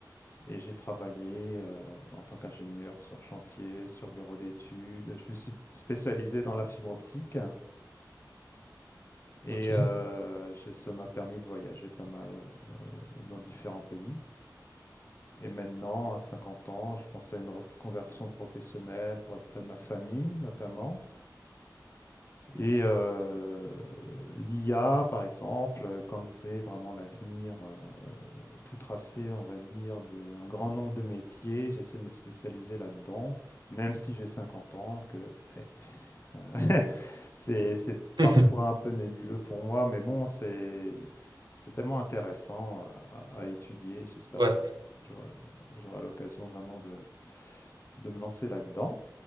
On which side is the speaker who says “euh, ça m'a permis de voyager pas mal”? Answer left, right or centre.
Left